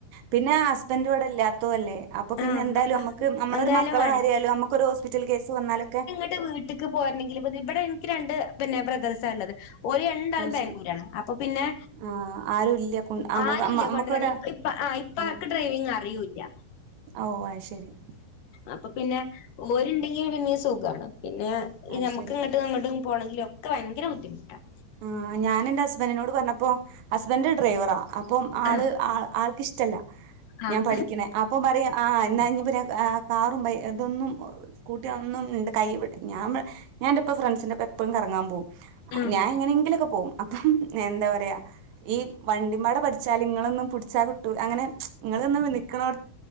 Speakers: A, on the right; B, on the left.
A: പിന്നെ ഹസ്ബൻഡ് ഇവിടെ ഇല്ലാത്തതു അല്ലേ അപ്പോ പിന്നെ
B: ആഹ്
A: എന്തായാലും
B: അപ്പ
A: നമുക്ക് നമ്മളൊരു
B: എന്തായാലും
A: മക്കളെ
B: വേണേ
A: കാര്യായാലും നമു ക്കൊരു ഹോസ്പിറ്റൽ കേസ് വന്നാലൊക്കെ
B: ഇന്റെ വീട്ടിക്ക് പോരനെങ്കിൽ ഇപ്പൊ ഇത് ഇവിടെ എനിക്ക് രണ്ട് പിന്നെ ബ്രദേഴ്സാ ഉള്ളത് ഓല് രണ്ടാളും
A: അത്
B: ബാംഗ്ലൂരാണ്
A: ശരി
B: അപ്പൊ പിന്നെ
A: ആഹ് ആരും ഇല്ല കൊ നമുക്ക്
B: ആരുല്ല
A: നമുക്ക്
B: കൊണ്ട്രാണ്
A: ഒരാ
B: ഇപ്പ ആ ഇ പ്പാക്ക്
A: ഉം
B: ഡ്രൈവിംഗ് അറിയൂല്ല
A: ഓഹ് അത് ശരി
B: അപ്പൊ പിന്നെ ഓരുണ്ടെങ്കി പിന്നീം സുഖാണ് പിന്നെ ഈ
A: അത്
B: നമുക്ക്ങ്ങ
A: ശരി
B: ട്ടും അങ്ങട്ടും പോണെങ്കിലൊക്കെ ഭയങ്കര ബുദ്ധിമുട്ടാണ്
A: ആ ഞാനെന്റെ ഹസ്ബൻറിിനോട് പറഞ്ഞപ്പോ ഹസ്ബൻറ് ഡ്രൈവറാ അപ്പം ആള്
B: ആഹ്
A: ആൾക്കിഷ് ടല്ല
B: ആഹ്
A: ഞാൻ പഠിക്കണേ അപ്പം പറയാ ആ എന്നാഞ്ഞിപിന്നെ ഏഹ് കാറും ബൈ ഇതൊന്നും സ്കൂട്ടി അഒന്നും ഇണ്ട് കൈ വിട് ഞാ വടെ ഞാന്റെപ്പൊ ഫ്രണ്ട്സിന്റെപ്പം എപ്പഴും കറങ്ങാൻ പോവും
B: ആഹ്
A: ഞാൻ എങ്ങനെങ്കിലൊക്കെ പോവും അപ്പം എന്താ പറയാ ഈ വണ്ടിമ്പാട പഠിച്ചാൽ ഇങ്ങളൊന്നും പുടിച്ചാൽ കിട്ടൂ അങ്ങനെ ഇങ്ങള് ന്ന് വിളിക്കാം